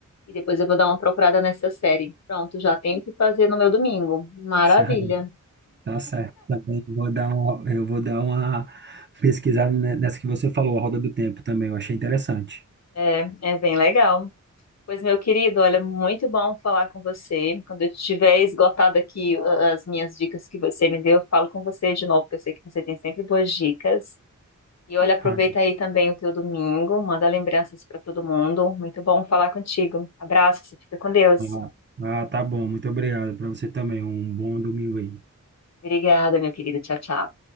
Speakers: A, on the left; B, on the right.
A: E depois eu vou dar uma procurada nessa série. Pronto, já tenho o que fazer no meu domingo. Maravilha.
B: <laughs> Tá certo, também vou dar um, eu vou dar uma pesquisada ne- nessa que você falou, a roda do tempo também, eu achei interessante.
A: É, é bem legal. Pois, meu querido, olha, muito bom falar com você. Quando eu tiver esgotado aqui ah, as minhas dicas que você me deu, eu falo com você de novo, porque eu sei que você tem sempre boas dicas. E olha,
B: Ah,
A: aproveita aí também o teu domingo, manda lembranças para todo mundo. Muito bom falar contigo. Abraço, você fica com Deus.
B: ah, ah, tá bom, muito obrigado para você também, um bom domingo aí.
A: Obrigada, meu querido. Tchau, tchau.